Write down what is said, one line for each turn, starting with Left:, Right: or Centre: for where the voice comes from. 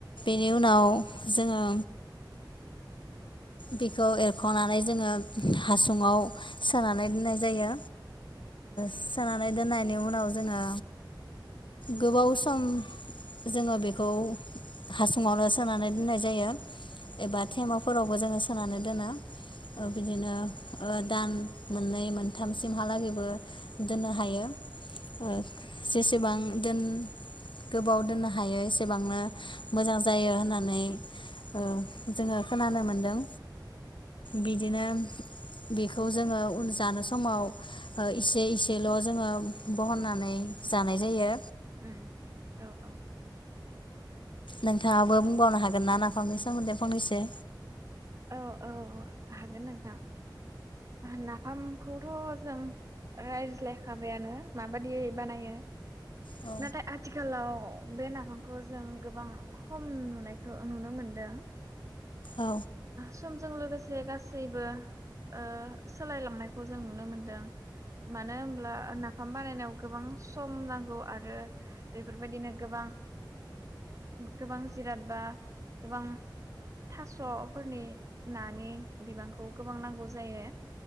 Left: बेनि उनाव जोङो बेखौ एर एरख'नानै जोङो हासुङाव सोनानै दोननाय जायो। सोनानै दोननाय बेनि उनाव जोङो गोबाव सम जोङो बेखौ हासुङावनो सोनानै दोननाय जायो। बा थेमाफोरावबो जों सोनानै दोनो बिदिनो ओ दान मोननै मोनथामसिमहालागैबो दोननो हायो। ओ जेसेबां दोन गोबाव दोननो हायो एसेबांनो मोजां जायो होननानै ओ जोङो खोनानो मोनदों। बिदिनो बेखौ जोङो उन जानो समाव इसे इसेल' जोङो बहननानै जानाय जायो।
Right: उम औ औ
Left: नोंथाङाबो बुंबावनो हागोन ना नाफामनि सोमोन्दै? फंनैसो
Right: औ औ हागोन नोंथां नाफामखौथ' जों रायज्लायखाबायानो माबादि बानायो
Left: औ
Right: नाथाय आथिखालाव बे नाफामखौ जों गोबां खम नुनायखौ नुनो मोनदों।
Left: औ
Right: समजों लोगोसे गासैबो ओ सोलायलांनायखौ जों नुनो मोनदों मानो होनोमब्ला नाफाम बानायनायाव गोबां सम नांगौ आरो बेफोरबायदिनो गोबां गोबां जिराद बा गोबां थास स'फोरनि नानि बिबांखौ गोबां नांगौ जायो।